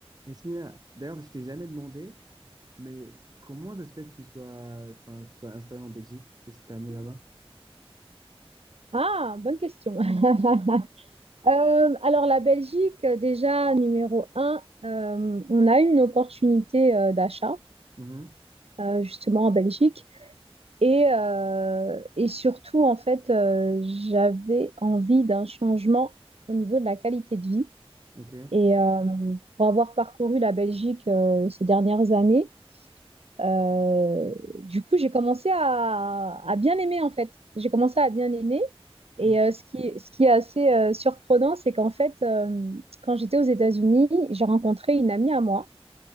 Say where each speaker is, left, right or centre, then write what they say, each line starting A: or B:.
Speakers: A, on the right; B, on the right.
A: Esmina, d'ailleurs, je t'ai jamais demandé, mais comment ça se fait que tu sois, enfin, tu sois installé en Belgique? Qu'est-ce qui t'a amené là-bas?
B: Ah, bonne question. <laughs> Euh, alors la Belgique, euh, déjà numéro un, euh, on a eu une opportunité euh, d'achat
A: Mhm,
B: euh, justement en Belgique et euh, et surtout en fait euh, j'avais envie d'un changement au niveau de la qualité de vie
A: ok.
B: et euh, pour avoir parcouru la Belgique euh, ces dernières années, Euh, du coup, j'ai commencé à, à bien aimer en fait. J'ai commencé à bien aimer. Et
A: Mhm.
B: euh, ce qui, est- ce qui est assez euh, surprenant, c'est qu'en fait, euh, quand j'étais aux États-Unis, j'ai rencontré une amie à moi,